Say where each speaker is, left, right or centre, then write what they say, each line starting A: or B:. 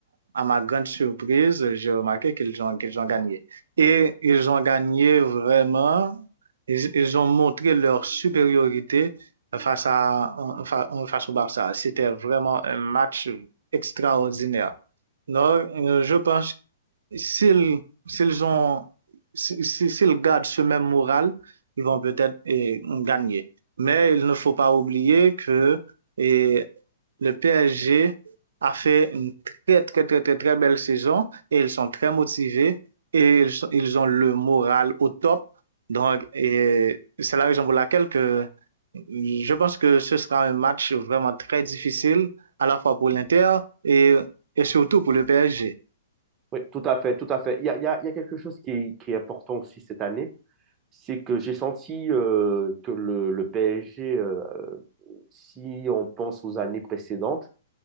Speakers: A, on the right (about 85°); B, on the right (about 20°).
A: à ma grande surprise, j'ai remarqué qu'ils ont, qu'ils ont gagné. Et ils ont gagné vraiment, ils, ils ont montré leur supériorité face à, fa- face au Barça. C'était vraiment un match extraordinaire. Non, euh, je pense s'ils s'ils ont si- si- s'ils gardent ce même moral, ils vont peut-être eh, gagner. Mais il ne faut pas oublier que eh, le PSG a fait une très, très, très, très, très belle saison et ils sont très motivés et ils, sont- ils ont le moral au top. Donc, eh, c'est la raison pour laquelle que je pense que ce sera un match vraiment très difficile, à la fois pour l'Inter et, et surtout pour le PSG.
B: Oui, tout à fait, tout à fait. Il y a, il y a, il y a quelque chose qui est, qui est important aussi cette année, c'est que j'ai senti euh, que le, le PSG, euh, si on pense aux années précédentes,